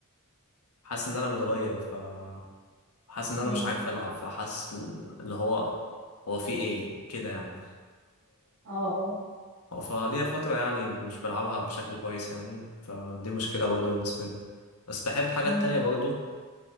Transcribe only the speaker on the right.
امم
اه اه
امم